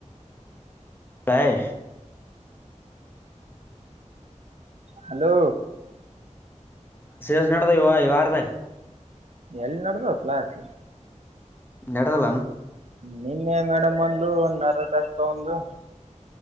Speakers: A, on the left (about 15°); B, on the right (about 60°).
A: ಪ್ಯಾಯೆ
B: ಹಲೋ
A: ಕ್ಲಾಸ್ಸೇಸ್ ನಡ್ದವ ಇ ವಾರದಾಗ
B: ಎಲ್ಲ ನಡ್ದಾವ ಕ್ಲಾಸ್
A: ನಡದಿಲ್ಲನ್
B: ನಿನ್ನೆ ಮೇಡಮ್ ಬಂದಲು ಒಂದ್ ಅರ್ಧ ತಾಸ್ ತೊಂಡಲು